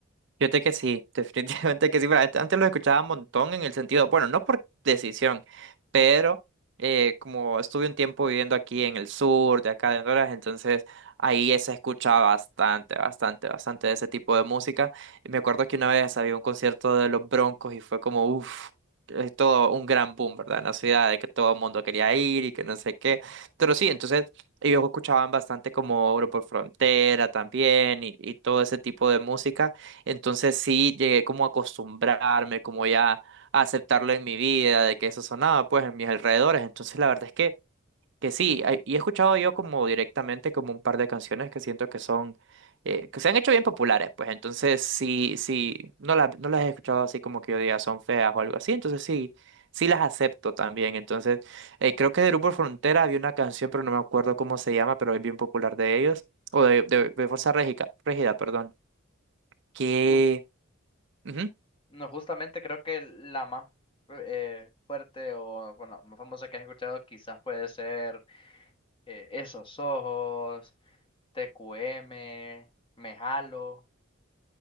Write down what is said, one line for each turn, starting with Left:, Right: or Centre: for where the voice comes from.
Right: Fíjate que sí, <laughs> definitivamente que sí. pero ant- Antes lo escuchaba un montón en el sentido, bueno, no por decisión, pero eh, como estuve un tiempo viviendo aquí en el sur, de acá de Honduras, entonces ahí se escucha bastante, bastante, bastante de ese tipo de música. Y me acuerdo que una vez había un concierto de los Broncos y fue como, uff, todo un gran boom, ¿verdad? En la ciudad, de que todo el mundo quería ir y que no sé qué. Pero sí, entonces ellos escuchaban bastante como Grupo Frontera también y y todo ese tipo de música. Entonces sí llegué como a acostumbrarme, como ya a aceptarlo en mi vida, de que eso sonaba pues en mis alrededores. Entonces la verdad es que, que sí, hay- y he escuchado yo como directamente como un par de canciones que siento que son, eh, que se han hecho bien populares, pues entonces sí, sí, no las, no las he escuchado así como que yo diga son feas o algo así, entonces sí, sí las acepto también. Entonces eh, creo que de Grupo Frontera había una canción, pero no me acuerdo cómo se llama, pero es bien popular de ellos, o de, de, de Fuerza Régica- Régida, perdón, que...
Left: ¿Tú,
Right: ujú.
Left: No, justamente creo que la más eh, fuerte o, bueno, más famosa que has escuchado quizás puede ser eh, Esos Ojos, TQM, Me Jalo.